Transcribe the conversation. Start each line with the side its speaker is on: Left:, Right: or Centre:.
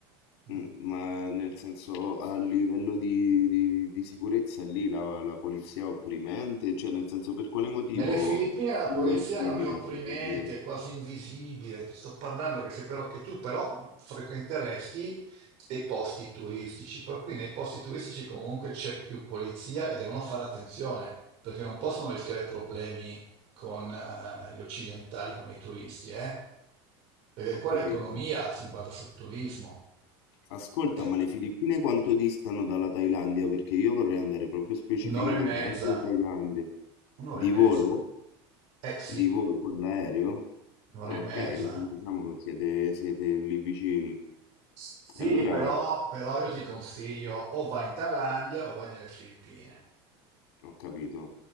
Right: Mm.
Left: mm, ma nel senso a livello di, di- di sicurezza lì la, la polizia è opprimente, cioè nel senso per quale motivo
Right: Nelle Filippine la polizia
Left: il crimine
Right: non è opprimente,
Left: è così-
Right: è quasi invisibile. Ti sto parlando che, se però, che tu però frequenteresti dei posti turistici, per cui nei posti turistici comunque c'è più polizia e devono fare attenzione, perché non possono rischiare problemi con eh, gli occidentali, con i turisti, eh? Perché
Left: Ho
Right: qua
Left: capito.
Right: l'economia si basa sul turismo.
Left: Ascolta,
Right: Eh,
Left: ma le Filippine quanto distano dalla Thailandia? Perché io vorrei andare proprio specificamente
Right: un'ora e mezza,
Left: anche in Thailandia.
Right: un'ora
Left: Di
Right: e mezza.
Left: volo?
Right: Eh sì,
Left: Di volo con l'aereo?
Right: un'ora
Left: Ah,
Right: e mezza.
Left: ok, diciamo che siete, siete lì vicini.
Right: Sì,
Left: E allora...
Right: però, però io ti consiglio o vai in Thailandia o vai nelle Filippine,
Left: Ho capito,